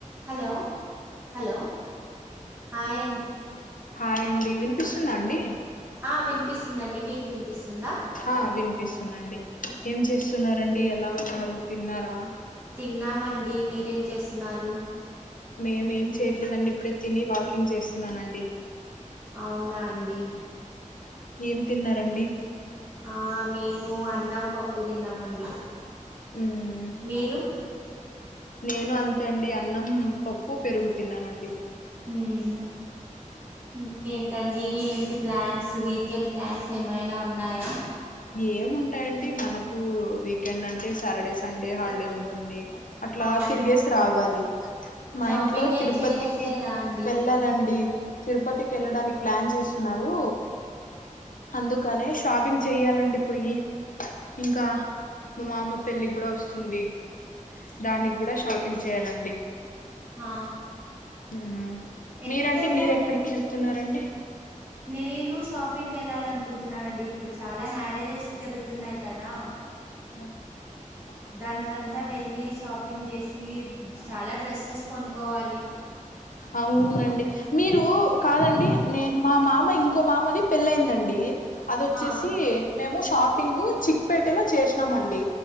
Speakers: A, on the right; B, on the left.
A: Hello hello hi
B: hi అండి వినిపిస్తుందా అండి
A: ఆ వినిపిస్తుందండి మీకు వినిపిస్తుందా
B: ఆ వినిపిస్తుందండి ఏం చేస్తున్నారండి ఎలా ఉన్నారు తిన్నారా
A: తిన్నామండి మీరేం చేస్తున్నారు
B: మేము ఏం చేయట్లేదండి ఇప్పుడే తిని వాకింగ్ చేస్తున్నానండి
A: అవునా అండి
B: ఏం తిన్నారండి
A: ఆ మేము అన్నం పప్పు తిన్నామండి
B: ఉమ్ హా
A: మీరు
B: నేను అంతే అండి అన్నం పప్పు పెరుగు తిన్నానండి
A: ఉమ్ ఇంకేంటండి ఏంటి ప్లాన్స్ వీకెండ్ ప్లాన్స్ ఏమైనా ఉన్నాయా
B: ఏం ఉంటాయండి మనకు వీకెండ్ అంటే సాటర్డే సండే హాలిడే ఉంటుంది అట్లా
A: ఆ
B: తిరిగేసి రావాలి మా
A: షాపింగ్
B: ఇంట్లో
A: ఏం
B: తిరుపతికి
A: చెయ్యట్లేదా అండి
B: వెళ్ళాలండి తిరుపతికి వెళ్ళడానికి ప్లాన్ చేస్తున్నారు అందుకనే షాపింగ్ చెయ్యాలండి పొయ్యి ఇంకా మా మామ పెళ్ళి కూడా వస్తుంది దానికి కూడా షాపింగ్ చేయాలండి
A: ఆ
B: ఉమ్
A: ఎక్కడికి
B: మీరండి
A: వెళ్తారండి
B: మీరూ ఎక్కడికి వెళ్తున్నారండి
A: నేను షాపింగ్ కి వెళ్ళాలి అనుకుంటున్నానండి ఇప్పుడు చాలా మ్యారేజెస్ జరుగుతున్నాయి కదా
B: ఆ బాగా
A: దానికంత వెళ్ళి షాపింగ్ చేసి చాలా డ్రెస్సెస్ కొనుక్కోవాలి
B: అవునండి మీరు కాదండి నే మా మామ ఇంకో మామది పెళ్ళయిందండి అదోచ్చేసి
A: ఆ
B: మేము షాపింగ్ చిక్ పేట లో చేసాం అండి